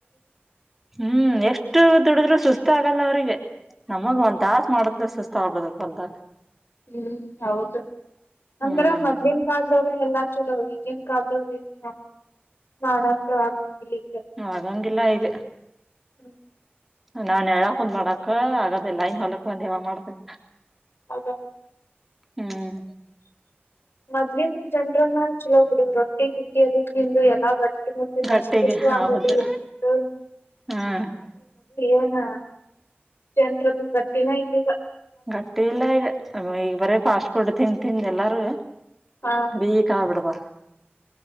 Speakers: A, in the centre; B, on the left.
A: ಹ್ಮ್ ಎಷ್ಟು ದುಡುದ್ರು ಸುಸ್ತ ಆಗಲ್ಲ ಅವ್ರಿಗೆ ನಮಗ
B: ಹ್ಮ್
A: ಒಂದ ತಾಸು ಮಾಡತ್ಲು ಸುಸ್ತ ಆಗಿಬಿಡುತ್ತ ಹೊಲದಾಗ
B: ಹ್ಮ್ ಹೌದು ಅಂದ್ರ
A: ಹ್ಮ್
B: ಮೊದಲಿನ ಕಾಲದವ್ರ ಎಲ್ಲಾ ಚಲೋ ಅವ ಈಗನ್ ಕಾಲ್ದವ್ರರು ಏನ್ ಮಾಡಕ ಆಗಲಿ
A: ಆಗಂಗಿಲ್ಲ ಈಗ
B: ಹೂ
A: ನಾನಾ ಯಾವ ಯಾವ ಕುಂತು ಮಾಡಕ್ ಆಗೋದು ಇಲ್ಲ ಇನ್ನ ಹೊಲಕ್ ಬಂದ ಯಾವಾಗ ಮಾಡಬೇಕು
B: ಅದ
A: ಹ್ಮ್
B: ಮದ್ಲಿನ್ ಜನ್ರನ್ನ ಚಲ ಹೋಗ್ಬಿಡು ರೊಟ್ಟಿ ಇಕ್ಕಿ ಅದು ತಿಂದು ಎಲ್ಲ ಗ ತ್ತಷ್ಟು
A: ಗಟ್ಟಿಗೆ
B: ಷ
A: ಹೌದು
B: ಆಗದು ಇರ್ತುದು
A: ಹ್ಮ್
B: ಏನ್ ಜತ್ರದ್ದು ಗತ್ತಿನ ಇಲ್ಲಿ
A: ಗಟ್ಟಿ ಇಲ್ಲ ಈಗ ಈಗ ಬರೀ ಫಾಸ್ಟ್ ಕೊಡ್ ತಿನ್ ತಿಂದ ಎಲ್ಲಾರೂ
B: ಹಾ
A: ಅದೀ ಕಬಿಡದ